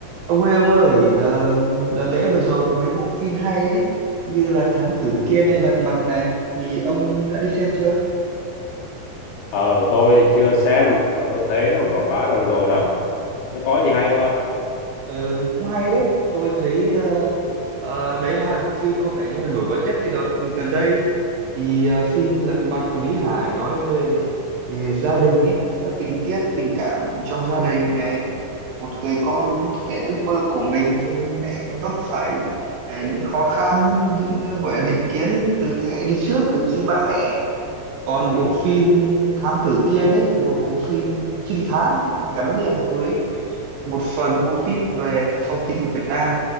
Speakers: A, on the right; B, on the left.
A: Ông ơi ông ơi, ờ, đợt lễ vừa rồi có mấy bộ phim hay đấy, như là Thám Tử
B: Ừ.
A: Kiên hay Lật Mặt này, thì ông đã đi xem chưa?
B: Ờ, tôi thì chưa xem mà tôi thấy nó còn quảng bá rầm rộ lắm. Nó có gì hay không không?
A: Ừ, cũng hay đấy, tôi thấy ờ, ờ, đấy là hai bộ phim có vẻ như là nổi bật nhất cái đợt gần đây. Thì ờ, phim Lật Mặt của Lý Hải nói về ờ, gia đình ấy, các tình tiết tình cảm trong gia đình này, một người con muốn thực hiện ước mơ của mình nhưng lại vấp phải ờ, những khó khăn những ờ, gọi là định kiến từ thế hệ đi trước từ chính ba mẹ còn
B: Ừ.
A: bộ phim Thám Tử Kiên ấy là một bộ phim trinh thám nhưng lại gắn liền với một phần mô típ về thời phong kiến của Việt Nam